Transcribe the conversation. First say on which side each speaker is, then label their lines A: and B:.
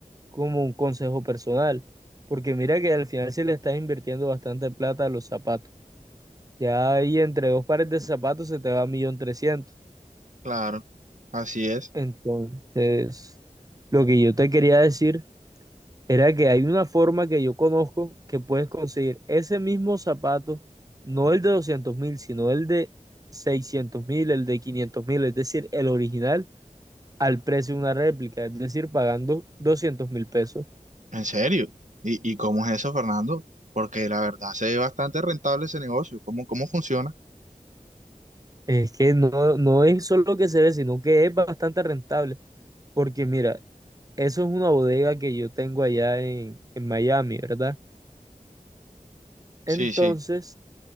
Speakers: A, on the right; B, on the right.
A: como un consejo personal, porque mira que al final se le estás invirtiendo bastante plata a los zapatos. Ya ahí entre dos pares de zapatos se te va un millón trescientos.
B: Claro, así es.
A: Entonces, lo que yo te quería decir Era que hay una forma que yo conozco que puedes conseguir ese mismo zapato, no el de doscientos mil, sino el de seiscientos mil, el de quinientos mil, es decir, el original al precio de una réplica, es decir, pagando doscientos mil pesos.
B: En serio. ¿Y, y cómo es eso, Fernando? Porque la verdad se ve bastante rentable ese negocio. ¿Cómo, cómo funciona?
A: Es que no, no es solo que se ve, sino que es bastante rentable, porque mira, eso es una bodega que yo tengo allá en, en Miami, ¿verdad? Entonces,
B: Sí, sí,